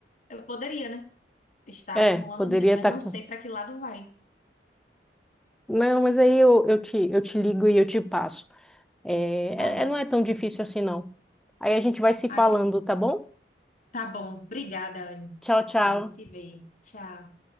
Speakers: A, on the left; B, in the centre.
A: Eu poderia, né? Estar
B: É,
A: acumulando
B: poderia
A: milhas, mas
B: estar
A: não
B: com.
A: sei para que lado vai.
B: Não, mas aí eu, eu te, eu te ligo e eu te passo. É,
A: Tá bom.
B: é- não é tão difícil assim, não. Aí a gente vai se
A: Ah,
B: falando,
A: que bom.
B: tá bom?
A: Tá bom. Obrigada, Anne.
B: Tchau, tchau.
A: A gente se vê. Tchau.